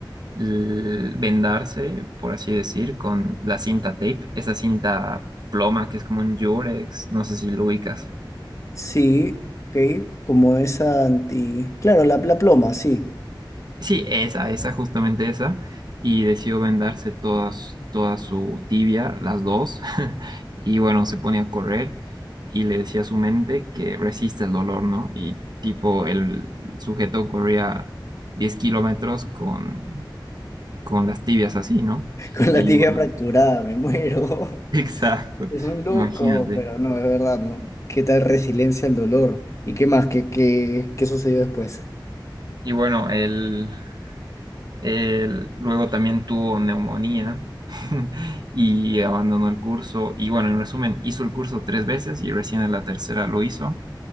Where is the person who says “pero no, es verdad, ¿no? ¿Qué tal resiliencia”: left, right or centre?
Left